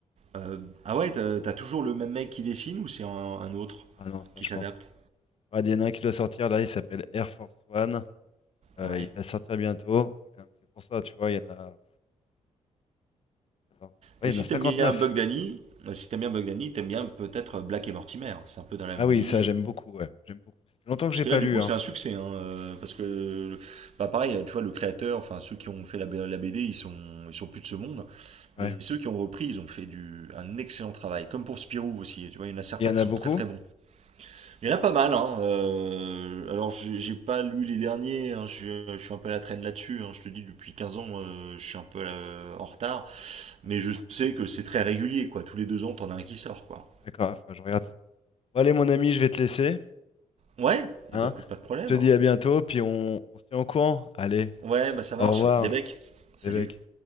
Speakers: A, on the right; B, on the left.
A: Euh, ah ouais, t'as t'as toujours le même mec qui dessine ou c'est un, un autre
B: Ah non, ça,
A: qui
B: je
A: s'adapte?
B: pense que. Ouais, il y en a un qui doit sortir, là, il s'appelle Air Force One. Euh,
A: Ouais.
B: il va sortir bientôt. C'est quand même- c'est pour ça, tu vois, il y en a. Attends. Ouais,
A: Et
B: il
A: si
B: y en a 59.
A: t'aimes bien Bugdani, euh, si t'aimes bien Bugdani, t'aimes bien peut-être Black et Mortimer. C'est un peu dans la
B: Ah
A: même
B: oui,
A: lignée.
B: ça, j'aime beaucoup, ouais. J'aime beaucoup. Ça fait longtemps
A: Parce
B: que j'ai
A: que
B: pas
A: là, du
B: lu,
A: coup,
B: hein.
A: c'est un succès, hein, euh, parce que, bah, pareil, tu vois, le créateur, enfin, ceux qui ont fait la, B- la BD, ils sont, ils sont plus de ce monde.
B: Ouais.
A: Mais ceux qui ont repris, ils ont fait du, un excellent travail. Comme pour Spirou aussi, tu vois, il y en a certains
B: Il y en
A: qui
B: a
A: sont
B: beaucoup?
A: très très bons. Il y en a pas mal, hein. euh, alors j'ai j'ai pas lu les derniers, hein, je, suis- je suis un peu à la traîne là-dessus. hein. Je te dis, depuis 15 ans, euh, je suis un peu euh, en retard.
B: D'accord,
A: Mais je sais que c'est très régulier, quoi. Tous les deux ans, t'en as un qui sort, quoi.
B: D'accord, ah, faudra que je regarde ça. Bon, allez, mon ami, je vais te laisser.
A: Ouais,
B: Hein.
A: et bah écoute, pas de problème.
B: Je te dis à bientôt, puis on, on se tient au courant. Allez,
A: Ouais, bah ça marche.
B: au revoir,
A: Des becs. Salut.
B: les mecs.